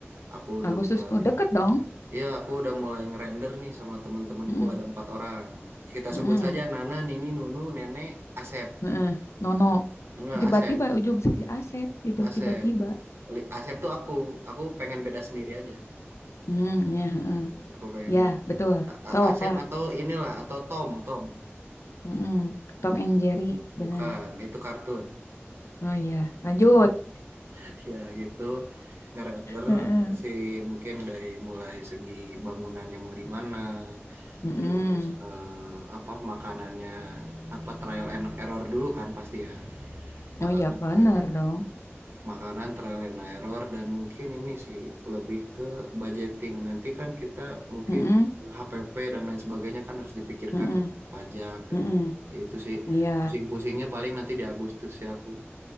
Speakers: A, on the right (about 60°); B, on the left (about 80°).
A: Aku udah
B: Agustus,
A: mulai.
B: oh, deket dong.
A: Iya, aku udah mulai ngerender nih sama teman-temanku
B: Heeh,
A: ada empat orang. Kita
B: heeh,
A: sebut saja Nana, Nini, Nunu, Nenek, Asep.
B: heeh. Nono,
A: Enggak,
B: tiba-tiba
A: Asep.
B: ujung si Asep gitu,
A: Asep.
B: tiba-tiba.
A: Li- Asep tuh aku. Aku pengen beda sendiri aja.
B: Hmm, ya, heeh.
A: Iya, aku pengen
B: Ya,
A: beda sendiri.
B: betul.
A: A- A-
B: Sok
A: Asep
B: lah.
A: atau inilah, atau Tom, Tom.
B: Mm-mm. Tom
A: Iya,
B: and Jerry,
A: bukan,
B: benar.
A: itu kartun.
B: Oh iya, lanjut.
A: <laughs> Ya gitu, ngerender
B: Heeh.
A: sih mungkin dari mulai segi bangunannya mau di mana,
B: Mm-mm.
A: Terus eh, apa makanannya apa trial and error dulu kan pasti ya. Makanan
B: Oh iya, benar
A: trial
B: dong.
A: makanan trial and error dan mungkin ini sih lebih ke budgeting. Nanti kan kita mungkin
B: Mm-mm.
A: HPP dan lain sebagainya kan harus dipikirkan
B: Mm-mm.
A: pajak dan
B: Mm-mm.
A: lain sebagainya. Itu sih
B: Iya.
A: pusing-pusingnya paling nanti di Agustus ya aku.